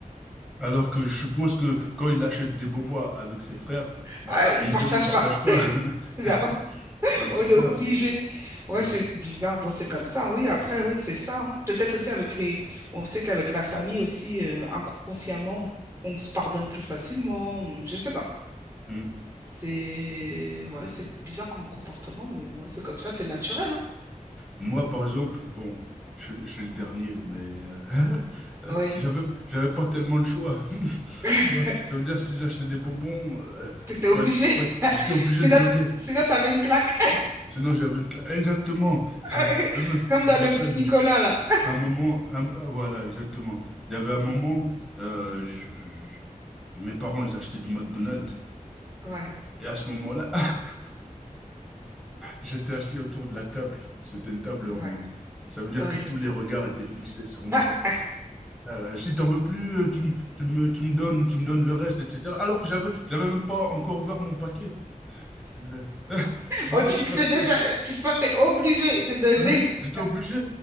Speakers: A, in the centre; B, on the right.
A: Alors que je suppose que quand il achète des bonbons avec ses frères, bah,
B: Ah, ils
A: il
B: partagent
A: ne partage
B: pas.
A: pas.
B: <laughs> Là,
A: <laughs> Bah, c'est
B: on est
A: ça,
B: obligé.
A: c'est...
B: Ouais,
A: Mm,
B: c'est bizarre. Bon, c'est comme ça. Oui, après,
A: mm,
B: oui, c'est ça. hein. Peut-être aussi avec les. On sait qu'avec la famille aussi, euh, inconsciemment, on se pardonne plus facilement. on- Je sais pas.
A: mm, mm.
B: C'est ouais, c'est bizarre comme comportement, mais ouais, c'est comme ça, c'est naturel. hein.
A: Moi, par exemple, bon, je, je suis le dernier, mais euh, <laughs>
B: Oui.
A: j'avais, j'avais pas tellement le choix. <laughs>
B: <laughs>
A: Tu vois, ça veut dire si j'achetais des bonbons, euh,
B: T'étais
A: il fallait,
B: obligé.
A: il fallait,
B: <laughs>
A: j'étais obligé
B: C'est
A: de
B: là,
A: donner.
B: c'est là, t'avais une claque.
A: Sinon, j'avais une classe. Exactement.
B: <laughs>
A: Je, je me,
B: Comme
A: je
B: dans
A: me rappelle
B: le petit Nicolas, là. <laughs>
A: un moment, un- euh, voilà, exactement. Il y avait un moment, euh, je- je- je- mes parents, ils achetaient du McDonald's.
B: Ouais,
A: Et à ce moment-là, <laughs> j'étais assis autour de la table. C'était une table ronde.
B: ouais,
A: Ça veut dire
B: ouais.
A: que tous les regards étaient fixés sur moi.
B: <laughs>
A: Euh, si t'en veux plus, euh, tu me, tu me, tu me donnes, tu me donnes le reste, etc. Alors que j'avais, j'avais même pas encore ouvert mon paquet. Euh, tu voulais
B: On te fixait
A: que je fasse quoi?
B: déjà, tu te sentais obligé de donner.
A: Ah,
B: <laughs>
A: J'étais obligé.